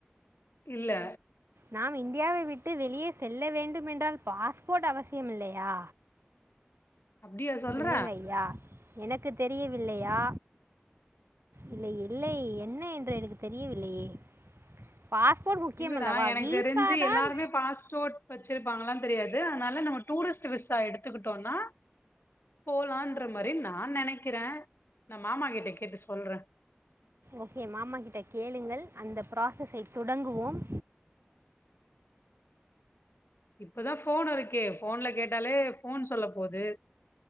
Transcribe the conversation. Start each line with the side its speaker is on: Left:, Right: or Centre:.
Left: இல்ல
Right: நாம் இண்டியாவை விட்டு வெளியே செல்ல வேண்டும்மென்றால் பாஸ்போட் அவசியம் இல்லையா
Left: அப்டியா சொல்ற
Right: என்னங்க ஐயா எனக்கு தெரியவில்லையா இல்லை இல்லை என்ன என்று எனக்கு தெரியவில்லையே பாஸ்போர்ட் முக்கியம்
Left: இல்லடா
Right: அல்லவா
Left: எனக்கு
Right: விசா
Left: தெரிஞ்சு
Right: தான்
Left: எல்லாருமே பாஸ்போட் வெச்சிருப்பாங்ளான் தெரியாது அதனால நம்ம டூரிஸ்ட் விசா எடுத்துக்கிட்டோன்னா போலான்ற மாரி நா நான் நெனைக்கிறே நா மாமா கிட்ட கேட்டு சொல்றே
Right: ஓகே மாமா கிட்ட கேளுங்கள் அந்த ப்ராசஸை துடங்குவோம்
Left: இப்பதா ஃபோன் இருக்கே போன்ல கேட்டாலே ஃபோன் சொல்ல போது